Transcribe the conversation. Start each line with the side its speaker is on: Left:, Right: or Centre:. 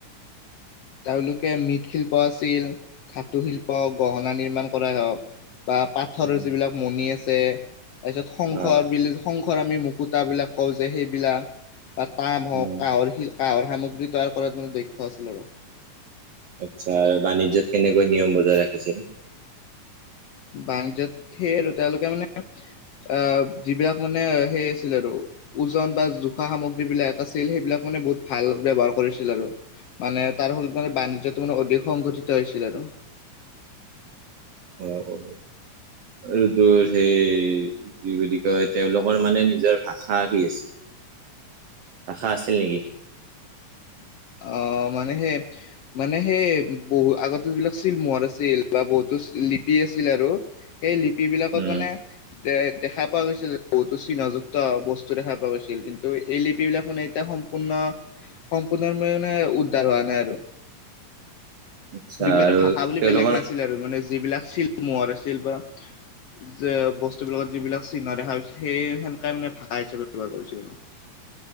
Left: তেওঁলোকে মৃৎশিল্প আছিল ধাতু শিল্প গহনা নিৰ্মাণ কৰাই হওঁক। বা পাথৰৰ
Right: উম,
Left: যিবিলাক মণি আছে। তাৰপিছত শংখ
Right: অ',
Left: বুলি শংখ আমি মুকুতাবিলাক কওঁ যে সেইবিলাক বা তাম হওঁক
Right: উম।
Left: কাঁহৰ শি কাঁহৰ সামগ্ৰী তৈয়াৰ কৰাত মানে দক্ষ আছিল আৰু।
Right: আচ্ছা আৰু বাণিজ্যত কেনেকৈ নিয়ম বজাই ৰাখিছিল?
Left: বাণিজ্যত সেই আৰু তেওঁলোকে মানে অ যিবিলাক মানে সেই আছিল আৰু ওজন বা জোখা সামগ্ৰী বিলাক আছিল সেইবিলাক সেইবিলাক মানে বহুত ভাল ব্যৱহাৰ কৰিছিল আৰু মানে তাৰ ফলত মানে বাণিজ্যটো মানে অধিক সংঘটিত হৈছিল আৰু।
Right: অহ অ। এটো সেই কি বুলি কয় তেওঁলোকৰ মানে নিজৰ ভাষা কি আছে? ভাষা আছিল নেকি?
Left: অ মানে সে মানে সেই বহু আগতে যিবিলাক চিলমোহৰ আছিল বা বহুতো লিপি আছিল আৰু। এই লিপ বিলাকত
Right: উম,
Left: মানে। দে দেখা পোৱা গৈছিল বহুতো চিহ্নযুক্ত বস্তু দেখা পোৱা গৈছিল। কিন্তু এই লিপিবিলাক মানে এতিয়া সম্পূৰ্ণ সম্পূৰ্ণে মানে উদ্ধাৰ হোৱা নাই আৰু।
Right: আচ্ছা
Left: মানে
Right: আৰু
Left: ভাষা বুলি
Right: তেওঁলোকৰ
Left: বেলেগ নাছিল আৰু মানে যিবিলাক ছিল মৰ আছিল বা যে বস্তুবিলাকত যিবিলাক চিহ্ন দেখা গছিল সেই সেনেকাই মানে ভাষা হিচাপে ব্যৱহাৰ কৰিছিল আৰু।